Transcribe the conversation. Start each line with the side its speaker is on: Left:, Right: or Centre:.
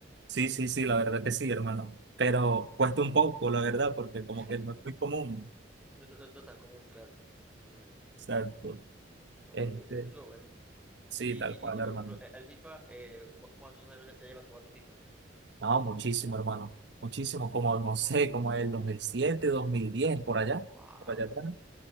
Right: Sí, sí, sí, la verdad que sí, hermano. Pero cuesta un poco, la verdad, porque como
Centre: <laughs>
Right: que no es muy común.
Centre: No, no, no es tan común, claro. Mm,
Right: Exacto.
Centre: no,
Right: Este,
Centre: pero eh, es lo bueno.
Right: sí,
Centre: Y,
Right: tal cual,
Centre: y, y, por
Right: hermano.
Centre: ejemplo, eh, al FIFA, eh, ¿cu- ¿cuántos años ya ya llevas jugando FIFA?
Right: No, muchísimo, hermano. Muchísimo, como, no sé, como el 2007, 2010, por allá.
Centre: Wow,
Right: Por allá atrás.